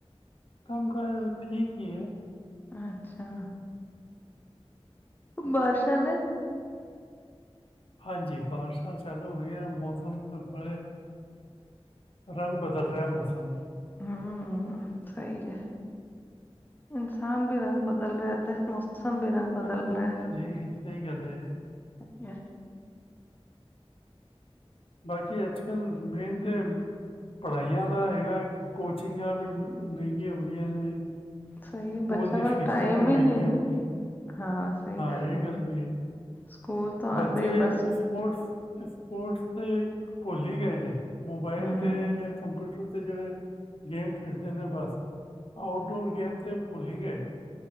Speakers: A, on the left (about 60°); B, on the left (about 20°).
A: ਕੰਮ ਕਾਰ ਠੀਕ ਈ ਏ।
B: ਅੱਛਾ। ਬਰਸ਼ਾ ਨੇ
A: ਹਾਂਜੀ ਬਾਰਿਸ਼ਾਂ ਚਾਲੂ ਹੋਈਆਂ ਮੌਸਮ ਦਾ ਬ ਰੰਗ ਬਦਲ ਰਿਆ ਮੌਸਮ ਦੇ।
B: ਹੂੰ ਸਈ ਐ। ਇਨਸਾਨ ਵੀ ਰੰਗ ਬਦਲ ਰਆ ਤੇ ਮੌਸਮ ਵੀ ਰੰਗ ਬਦਲ
A: ਹਾਂਜੀ
B: ਰਿਹਾ
A: ਸਈ ਗੱਲ ਐ।
B: <unintelligible>
A: ਬਾਕੀ ਅੱਜ ਕੱਲ ਮੇਨ ਤੇ ਪੜ੍ਹਾਈਆ ਦਾ ਹੈਗਾ ਕੋਚਿੰਗਾਂ ਵੀ ਮ ਮਹਿੰਗੀਆ ਹੋਈਆਂ ਨੇ।
B: ਸਈ
A: ਸਕੂਲ
B: ਏ ਬੱਚਿਆਂ
A: ਦੀ
B: ਕੋਲ
A: ਫੀਸਾਂ
B: ਟਾਈਮ
A: ਵੀ
B: ਈ
A: ਮਹਿੰਗੀ
B: ਨੀ
A: ਹੋ ਗਈਆਂ ਨੇ
B: ਹਾਂ ਸਹੀ ਗੱਲ
A: ਇਹ
B: ਐ।
A: ਵੀ ਹੈ
B: ਸਕੂਲ ਤੋਂ ਆਉਂਦੇ
A: ਬੱਚੇ
B: ਹੀ ਬਸ
A: ਸਪੋਰਟਸ-ਸਪੋਰਟਸ ਤੇ ਭੁੱਲ ਈ ਗਏ ਨੇ। ਮੋਬਾਈਲ
B: ਹਮ
A: ਤੇ ਯਾ ਕੰਪਿਊਟਰ ਤੇ ਜੇੜੇ ਗੇਮ ਖੇਡਦੇ ਨੇ ਬਸ। ਆਊਟਡੋਰ ਗੇਮ ਤੇ ਭੁਲ ਈ ਗਏ ਨੇ।